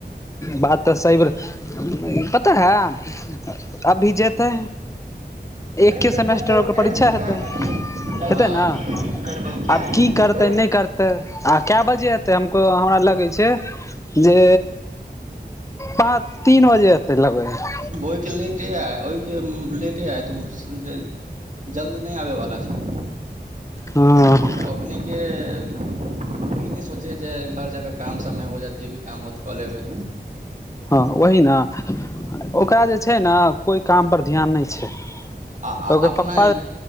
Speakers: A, on the left; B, on the right.
A: बात तऽ सही, कतऽ पता हेए अभी जेतै
B: प्रेशर
A: एके सेमेस्टर
B: कुकर
A: ओकर
B: गैस
A: परीक्षा
B: चूल्हा
A: हेतै
B: की मरम्मती
A: हेतै ने
B: करबैके
A: आब की करतै नै करते आ कए बजे एतै हमको हमरा लगै छै। जे पाँच तीन बजे एतै लगैया
B: बहु लेटे ऐ ओहिके लेटे ऐत उ ड जल्द नै आबैवला छै
A: हँ
B: ओ अपनेके ई नै सोचै है जे घर जाकऽ काम समय हो जाएत जे भी काम होत कऽ लेबै
A: हँ ओही न ओकरा जे छै न कोइ काम पर ध्यान नै छै
B: आ
A: ओकर
B: अपना
A: पप्पा